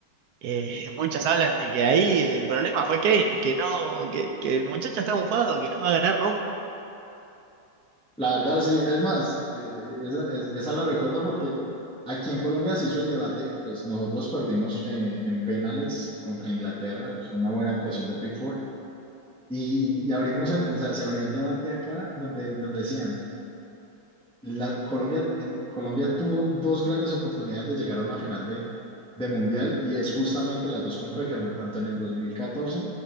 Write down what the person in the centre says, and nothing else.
La verdad, sí. Es más, eh, eh, esa, es- esa la recuerdo porque aquí en Colombia se hizo el debate, pues nosotros perdimos eh, en penales contra Inglaterra, fue una buena actuación de Pickford, y, y- y abrimos el, o sea, se abrió el debate acá donde, donde decían... la Colombia, en Colombia tuvo dos grandes oportunidades de llegar a una final de, de Mundial y es justamente las dos con Peckerman, tanto en el dos mil catorce